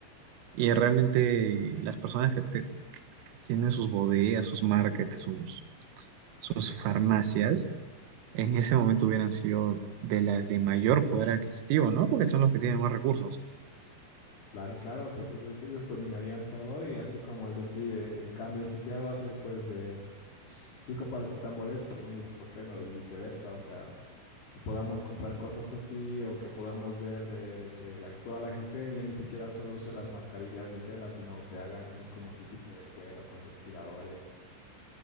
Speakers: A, on the right (about 80°); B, on the left (about 55°).
A: Y realmente las personas que, te- que tienen sus bodegas, sus markets, sus, sus farmacias, en ese momento hubieran sido de las de mayor poder adquisitivo, ¿no? Porque son los que tienen más recursos.
B: Claro, claro, pues ellos, ellos dominarían todo y así como al decir eh, el cambio oficial va a ser pues de cinco paracetamoles por un ibuprofeno y viceversa, o sea, que podamos comprar cosas así o que podamos ver de, de que la- toda la gente ya ni siquiera solo use las mascarillas de tela, sino se hagan esas como así tipo de cuero con respiradores.